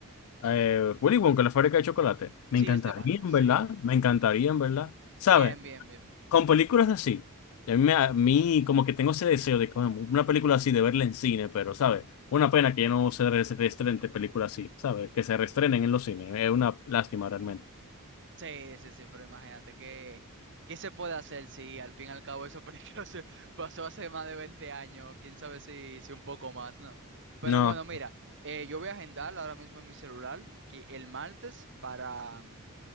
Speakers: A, on the left; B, on the right.
A: Eh, Willy Wonka, la fábrica de chocolate. Me
B: Sí,
A: encantaría,
B: este martes,
A: en
B: sí.
A: verdad. Me encantaría, en verdad. ¿Sabes?
B: Bien, bien, bien.
A: Con películas así. A mí, me- a mí como que tengo ese deseo de coño, una película así, de verla en cine, pero, ¿sabes? Una pena que ya no se re- se reestrenen películas así, ¿sabes? Que se reestrenen en los cines. Es una lástima realmente.
B: Sí, sí, sí, pero imagínate que, ¿qué se puede hacer si al fin y al cabo eso <laughs> se pasó hace más de 20 años? Quién sabe si, si un poco más, ¿no? Pero
A: No,
B: bueno, mira, eh, yo voy a agendar ahora mismo en mi celular que el martes para,